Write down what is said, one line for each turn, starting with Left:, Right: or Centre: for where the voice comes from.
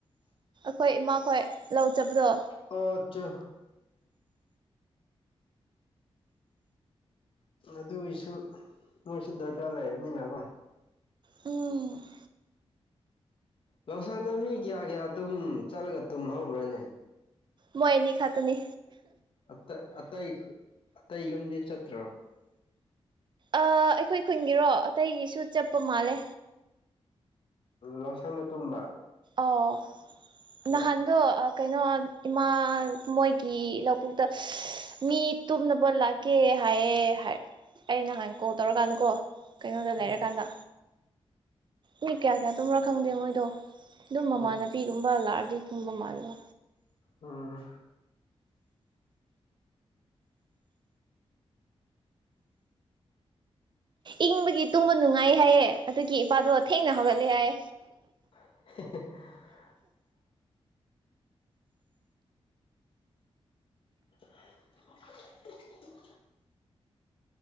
Right: ꯑꯩꯈꯣꯏ ꯏꯃꯥꯈꯣꯏ ꯂꯧꯖꯕꯗꯣ
Left: ꯑꯣ ꯆ ꯑꯗꯨꯒꯤꯁꯨ ꯃꯣꯏꯁꯨ ꯗꯔꯀꯥꯔ ꯂꯩꯕꯅꯤꯅꯀꯣ
Right: ꯎꯝ
Left: ꯂꯧꯁꯥꯟꯗꯣ ꯃꯤ ꯀꯌꯥ ꯀꯌꯥ ꯇꯨꯝ ꯆꯠꯂꯒ ꯇꯨꯝꯍꯧꯕ꯭ꯔꯅꯦ
Right: ꯃꯣꯏ ꯑꯦꯅꯤ ꯈ ꯇꯅꯤ
Left: ꯑ ꯑꯇꯩ ꯑꯇꯩ ꯌꯨꯝꯗꯤ ꯆꯠꯇ꯭ꯔꯣ
Right: ꯑꯩꯈꯣꯏ ꯈꯨꯟꯒꯤꯔꯣ ꯑꯇꯩꯒꯤꯁꯨ ꯆꯠꯄ ꯃꯥꯜꯂꯦ
Left: ꯂꯝꯁꯪꯗ ꯇꯨꯝꯕ
Right: ꯑꯣ
Left: ꯎꯝ
Right: ꯅꯍꯥꯟꯗ ꯀꯩꯅꯣ ꯏꯃꯥ ꯃꯣꯏꯒꯤ ꯂꯧꯕꯨꯛꯇ ꯃꯤ ꯇꯨꯝꯅꯕ ꯂꯥꯛꯀꯦ ꯑꯩ ꯍꯥꯏꯌꯦ ꯑ ꯅꯍꯥꯟ ꯀꯣꯜ ꯇꯧꯔꯀꯥꯟꯗꯀꯣ ꯀꯩꯅꯣꯗ ꯂꯩꯔꯀꯥꯟꯗ
Left: ꯎꯝ
Right: ꯃꯤ ꯀꯌꯥ ꯀꯌꯥ ꯇꯨꯝꯔꯥ ꯈꯪꯗꯦ ꯃꯣꯏꯗꯣ ꯑꯗꯨꯝ ꯃꯃꯥꯟꯅꯄꯤꯒꯨꯝꯕ
Left: ꯎꯝ
Right: ꯂꯥꯛꯑꯗꯤ ꯁꯨꯝꯕ ꯃꯥꯕ
Left: ꯎꯝ
Right: ꯏꯪꯕꯒꯤ ꯇꯨꯝꯕ ꯅꯨꯡꯉꯥꯏ ꯍꯥꯏꯌꯦꯦ ꯑꯗꯨꯒꯤ ꯏꯄꯥꯗꯣ ꯊꯦꯡꯅ ꯍꯧꯒꯠꯂꯦ ꯍꯥꯏ
Left: <unintelligible> <inaudible>